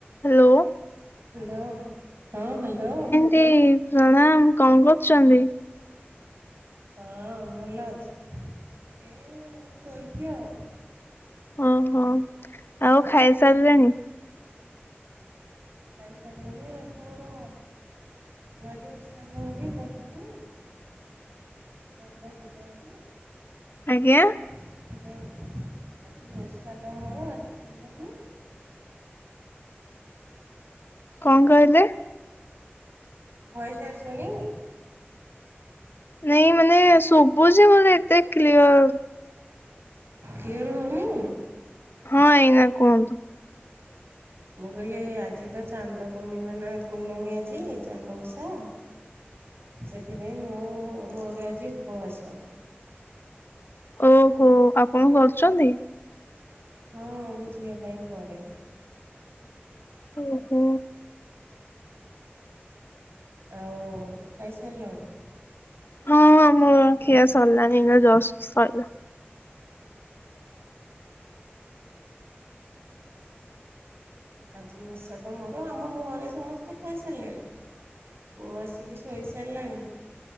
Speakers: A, on the left (about 60°); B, on the right (about 65°).
A: ହ୍ୟାଲୋ।
B: ହ୍ୟାଲୋ ହଁ ହ୍ୟାଲୋ।
A: ଦି ପ୍ରଣାମ କଣ କରୁଛନ୍ତି?
B: ହଁ ଭଲ ଅଛି। ଏ ଶୋଇଛି ଆଉ।
A: ଓହୋ ଆଉ ଖାଇସାରିଲେଣି?
B: ଖାଇ ସାରିଲୁଣି ଆଜି ମୋର ଆଜି ଓଷା ନୁହଁ କି କଲୁନୁ? ଚାନ୍ଦ ପୂଜା କରୁଛୁ?
A: ଆଜ୍ଞା।
B: ସେଥିପାଇଁ ଆଜି ଉଷା ତ ମୋର ଆଜି ପୂର୍ଣ୍ଣମି
A: କଣ କହିଲେ?
B: ଭଏସ୍ ଆସୁନି?
A: ନାଇଁ ମାନେ ସୁଭ୍ହୁଛି ବଲେ ଏତେ କ୍ଲିଅର
B: କ୍ଲିୟର୍ ହଉନି?
A: ହଁ ଏଇନା କୁହନ୍ତୁ?
B: ମୁଁ କହିଲି ଆଜି ତ ଚାନ୍ଦ ପୂର୍ଣ୍ଣିମା ନା ପୂର୍ଣ୍ଣମୀ ଆଜି ଚାନ୍ଦ ଓଷା?
A: ହ
B: ସେଥିପାଇଁ ମୁଁ ମୋର ଆଜି ଉପବାସ।
A: ଓହୋ ଆପଣ କରୁଛନ୍ତି?
B: ହଁ ମୁଁ ଝିଅ ପାଇଁ କରେ।
A: ଓହୋ।
B: ଆଉ ଖାଇସାରିଲଣି?
A: ହଁ ହଁ ମୋର ଖିଆ ସରିଲାନି ଏଇନା ଜଷ୍ଟ ସରିଲା।
B: ଆଜି ଓର୍ଷା ତ ମୋର ଆମ ଘରେ ସମସ୍ତେ ଖାଇ ସାରିଲେଣି। ପୁଅ ଆସିକି ଶୋଇସାରିଲାଣି।